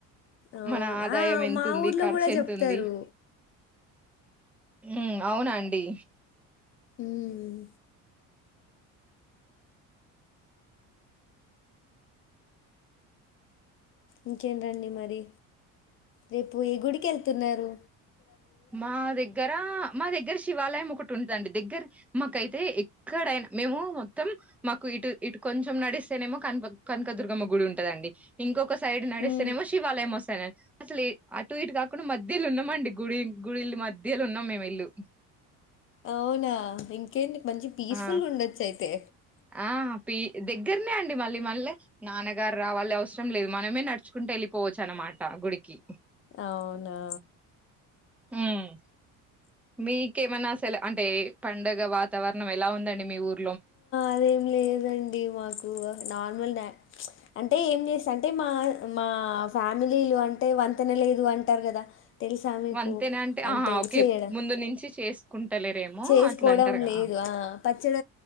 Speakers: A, on the left; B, in the centre.
A: అవును.
B: మన ఆదాయం
A: ఆ!
B: ఎంత
A: మా
B: ఉంది
A: ఊర్లో
B: ఖర్చు
A: గూడా జెప్తారు.
B: ఎంత ఉంది ఉ అవునండి
A: మ్మ్ ఇంకేంటండి మరి రేపు ఏ గుడికి వెళ్తున్నారు
B: మా దగ్గర మా దగ్గర శివ శివాలయం ఒకటి ఉంటదండి దగ్గర మాకైతే ఎక్కడైనా మేము మొత్తం మాకు ఇటు ఇటు కొంచెం నడిస్తేనేమో కనక కనకదుర్గమ్మ గుడి ఉంటదండి ఇంకొక సైడ్ నడుస్తేనేమో
A: హ్మ్.
B: శివాలయం వస్తద అసలు అటు ఇటు కాకుండా మధ్య ఉన్నామండి గుడి గుడిల్లు మధ్యలఉన్నాం మేము ఇల్లు
A: అవునా ఇంకేంది మంచి పీస్ఫుల్
B: ఆ
A: గా ఉండొచ్చు అయితే
B: ఆ పి దగ్గరనే అండి మళ్ళీ మళ్ళీ నాన్నగారు రావాలి అవసరం లేదు మనమే నడుచుకుంటూ వెళ్ళిపోవచ్చు అనమాట గుడికి
A: అవునా
B: ఉమ్మ్ మీకేమన్నా అ సెలు అంటే పండగ వాతావరణం ఎలా ఉందండి మీ ఊరు
A: అదేం లేదండి మాకు నార్మల్ అంటే ఏం చేస్త అంటే మా మా ఫ్యామిలీలో అంటే వంతెన లేదు అంటారు కదా తెలుసా మీకు
B: అంతేనా
A: అంటే
B: ఆ ఓకే
A: చేయడం
B: ముందు నుంచి చేసుకుంటలేరేమో
A: చేసుకోవడం
B: అట్లా అంటారుగా
A: లేదు పచ్చడ